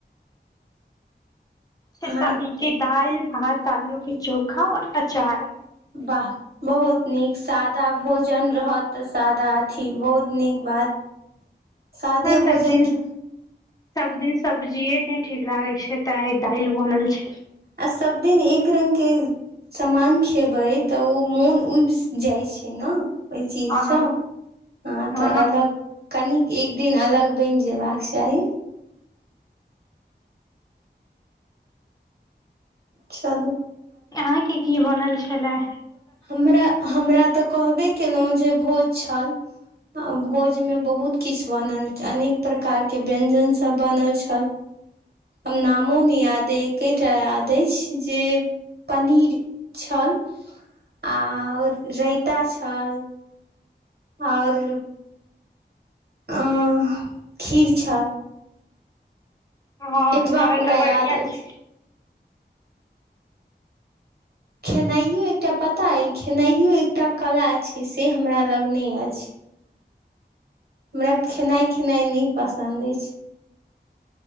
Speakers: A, on the left; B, on the right.
A: खेसारी
B: अहाँ
A: के दाल भात आलू के चोखा आओर अचार
B: वाह बहुत नीक सादा भोजन रहत तऽ सादा अथी बहुत नीक बात सादे
A: हँ सब
B: भोजन
A: दिन
B: क
A: सब दिन सब्जिए नहि ठीक लागैत छै तऽ आय दालि बनल छै
B: आ सब दिन एक रगं के सामान खेबै तऽ ओ मोन उबि जाइत छै ने ओहि चीजसँ
A: हँ
B: ह
A: हँ
B: तऽ अलग कनि एक दिन अलग बनि जे बाक चाही चलू
A: अहाँ के की बनल छलए
B: हम हमरा तऽ कहबे केलहुँ जे भोज छल भोज भोज में बहुत किछ बनल अनेक प्रकार के व्यंजन सब बनल छल आ नामोने याद एकेटा याद अछि जे पनीर छल आओर रायता छल आओर आ खीर छल
A: हँ
B: एतबा
A: तहन
B: हमरा
A: तऽ बढ़िआ
B: याद अछि
A: छै
B: खेनाइयो एकटा पता अइ खेनाइयो एकटा कला छै से हमरा लग नहि अछि हमरा खेनाइ खेनाइ नहि पसन्द अछि